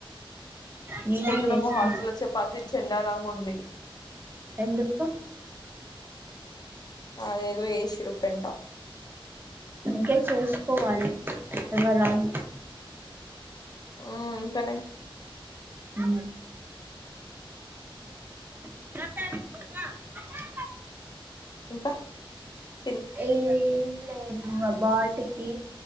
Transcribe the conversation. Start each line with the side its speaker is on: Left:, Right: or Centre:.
Right: నేనే
Left: పొద్దున
Right: చేసింది
Left: మా హాస్టల్ లో చపాతి చెండాలంగా ఉంది
Right: ఎందుకు
Left: అదేదో ఏసిరు పెన్టా
Right: ఇంకే చేసుకోవాలి ఎవరాలు
Left: ఉ ఇంకనే
Right: అ <unintelligible>
Left: ఇంకా తిన్
Right: ఏ లేదు ఆ బాటికి